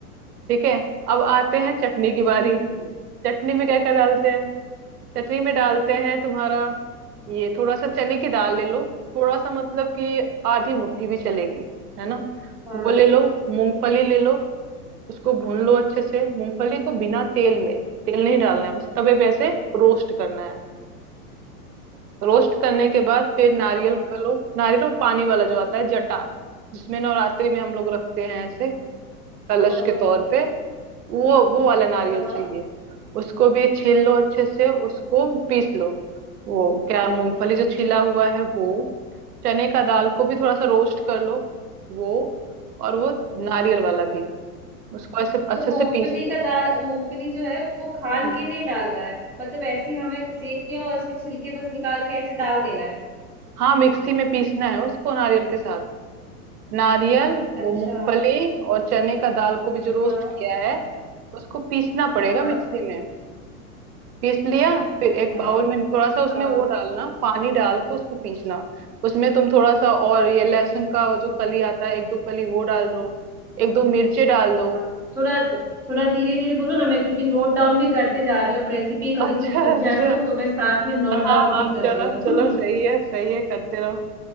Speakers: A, on the right (about 80°); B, in the centre.
A: ठीक है अब आते हैं चटनी की बारी
B: हम्म,
A: चटनी में क्या क्या डालते हैं चटनी में डालते हैं तुम्हारा ये थोड़ा सा चने की दाल ले लो थोड़ा सा मतलब कि आधी मुट्ठी भी चलेगी है ना
B: हाँ
A: वो ले लो मूंगफली ले लो उसको भून लो अच्छे से मूंगफली को बिना तेल में तेल नहीं डालना है बस तवे पे ऐसे रोस्ट करना है रोस्ट करने के बाद फिर
B: अच्छा
A: नारियल का लो नारियल वो पानी वाला जो आता है जटा जिसमें नवरात्रि में हम लोग रखते हैं ऐसे कलश
B: हाँ
A: के तौर पे वो वो वाला नारियल
B: हाँ हाँ।
A: चाहिए उसको भी छील लो अच्छे से उसको पीस लो वो क्या मूंगफली जो छिला हुआ है वो चने का दाल को भी थोड़ा सा रोस्ट कर लो वो और वो नारियल वाला भी उसको ऐसे अच्छे
B: तो मूंगफली
A: से पीस लो
B: का दाल मूंगफली जो है उसको खाल
A: हम्म।
B: के नहीं डालना है मतलब ऐसे ही हमें सेक के और उसके छिलके बस निकाल के ऐसे डाल देना है
A: हाँ मिक्सी में पीसना है उसको नारियल के साथ नारियल वो
B: अच्छा
A: मूंगफली और चने का दाल को भी जो रोस्ट
B: हाँ
A: किया है उसको पीसना पड़ेगा
B: हाँ
A: मिक्सी में पीस लिया फिर एक
B: हाँ
A: बाउल में थोड़ा सा उसमें
B: हाँ
A: वो डालना पानी डाल के उसको पीसना उसमें तुम थोड़ा सा और ये लहसुन का जो कली आता है एक दो कली वो डाल दो एक दो मिर्चे डाल दो
B: हाँ थोड़ा
A: जब-
B: थोड़ा धीरे धीरे बोलो ना मैं क्योंकि नोट डाउन भी करते जा रही हूँ अब रेसिपी कभी
A: अच्छा
B: कुछ छूट
A: अच्छा
B: जाए तो तो मैं साथ में नोट
A: हाँ
B: डाउन
A: हाँ
B: भी कर
A: चलो
B: रही हूँ
A: चलो सही
B: <laughs>
A: है सही है करते रहो